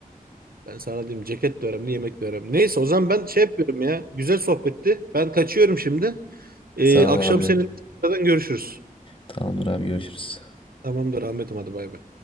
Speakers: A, on the right; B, on the left.
A: Ben sana diyeyim ceket de önemli, yemek de önemli. Neyse o zaman ben şey yapıyorum ya. Güzel sohbetti. Ben kaçıyorum şimdi. Ee,
B: Sağ
A: akşam
B: ol abi.
A: seninle tekrardan görüşürüz.
B: Tamamdır abi görüşürüz.
A: Tamamdır Ahmet'im hadi bay bay.